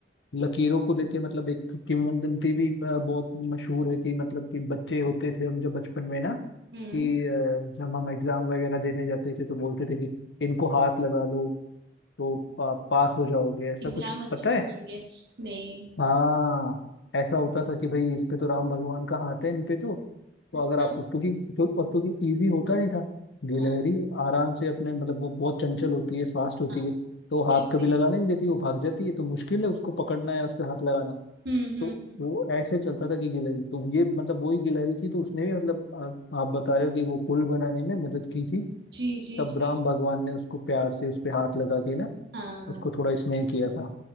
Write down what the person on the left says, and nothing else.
लकीरों को लेके मतलब एक किंवदंती भी अ, बहुत मशहूर है कि मतलब कि बच्चे होते थे हम जब बचपन में ना
कि अ, जब हम एग्जाम वगैरह देने जाते थे तो बोलते थे कि इनको हाथ लगा लो तो पा, पास हो जाओगे ऐसा
कुछ
पता
है
हाँ ऐसा होता था कि भाई इस पे तो राम भगवान का हाथ है इन पे तो तो
अगर आपको क्योंकि क्यों, और क्योंकि इजी होता नहीं था गिलहरी
आराम से अपने मतलब वो बहुत चंचल होती है फास्ट होती
है तो वो
हाथ कभी
लगाने नहीं देती वो भाग जाती है तो मुश्किल है उसको पकड़ना है उस पे हाथ लगाना
तो
वो ऐसे चलता था कि गिलहरी तो ये मतलब वही गिलहरी थी तो उसने भी मतलब आ, आप बता रहे हो कि वो पुल बनाने में मदद की थी
तब
राम भगवान ने उसको प्यार से उस पे हाथ लगा के ना
उसको थोड़ा स्नेह किया था